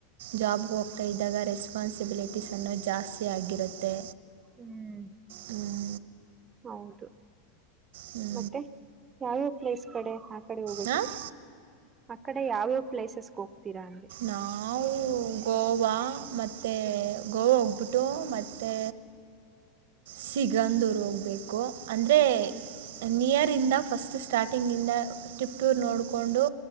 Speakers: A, on the right; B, on the right.
A: ಜಾಬ್ಗೆ ಹೋಗ್ತಾ ಇದ್ದಾಗ ರೆಸ್ಪಾನ್ಸಿಬಿಲಿಟಿಸ್ ಅನ್ನೋ ಜಾಸ್ತಿ ಆಗಿರುತ್ತೆ.
B: ಹ್ಮ್
A: ಹ್ಮ್
B: ಹೌದು
A: ಹ್ಞೂ
B: ಮತ್ತೆ ಯಾವ್ಯಾವ ಪ್ಲೇಸ್ ಕಡೆ ಆ ಕಡೆ ಹೋಗೋದು.
A: ಹಾಂ
B: ಆ ಕಡೆ ಯಾವ್ಯಾವ್ ಪ್ಲೇಸಸ್ಗೆ ಹೋಗ್ತೀರಾ ಅಂದೆ.
A: ನಾವು ಗೋವಾ ಮತ್ತೆ
B: ಹ್ಮ್
A: ಗೋವಾ ಹೋಗ್ಬಿಟ್ಟ್ <unintelligible> ಟ್ಟು ಮತ್ತೆ ಸಿಗಂದರು ಹೋಗ್ಬೇಕು. ಅಂದರೆ
B: ಹ್ಮ್
A: ನಿಯರಿಂದ ಫಸ್ಟ್ ಸ್ಟಾರ್ಟಿಂಗಿಂದ ತಿಪ್ಟೂರ್ ನೋಡಿಕೊಂಡು.